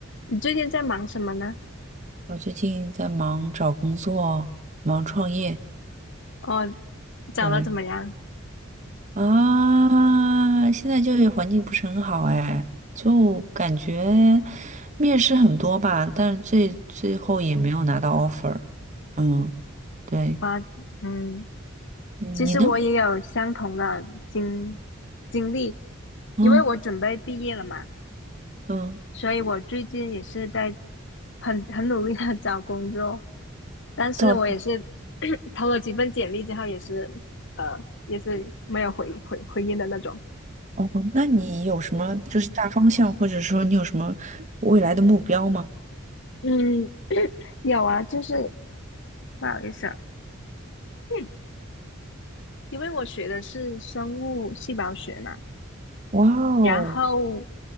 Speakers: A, on the left (about 60°); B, on the right (about 35°).
A: 你最近在忙什么呢？
B: 我最近在忙找工作，忙创业。
A: 哦，找了怎么样？
B: 对啊，现在就业环境不是很好哎，就感觉面试很多吧，但是最最后也没有拿到 offer。嗯，对，
A: 啊，嗯，
B: 你呢？
A: 其实我也有相同的经经历，
B: 嗯
A: 因为我准备毕业了嘛，
B: 嗯，
A: 所以我最近也是在很很努力的 <laughs> 找工作，但是我也是
B: 找
A: <coughs> <clears throat> 投了几份简历之后，也是呃，也是没有回回回音的那种。
B: 哦，那你有什么就是大方向，或者说你有什么未来的目标吗？
A: 嗯，<coughs> <clears throat> 有啊，就是不好意思啊，嗯因为我学的是生物细胞学嘛。
B: 哇哦，
A: 然后